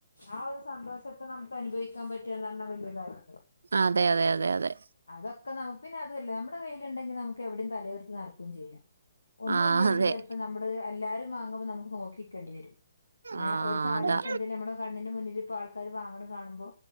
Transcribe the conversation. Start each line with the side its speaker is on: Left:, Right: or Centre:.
Left: ആ ഒരു സന്തോഷക്ക നമുക്ക് അനുഭവിക്കാൻ പറ്റാന്നറഞ്ഞ വല്യ കാര്യ
Right: അതെ അതെ അതെ അതെ
Left: അതൊക്കെ നമുക്ക് പിന്നെതുവല്ല മ്മടെ കയ്യില്ണ്ടെങ്കി നമുക്കെവിടെം തലയൊർതി നടക്കൂം ചെയ്യാം ഒന്നുല്ലെ
Right: ആ
Left: ങ്കി
Right: അതെ
Left: ചെലപ്പോ നമ്മട് എല്ലാരും വാങ്ങുമ്പോ നമുക്ക് നോക്കിക്കേണ്ടി വരും. ഏ
Right: ആ
Left: ഒരു സാധനം
Right: അതാ
Left: ഇപ്പെന്തേലും മ്മടെ കണ്ണിന് മുന്നിലിപ്പൊ ആൾക്കാര് വാങ്ങണ് കാണുമ്പോ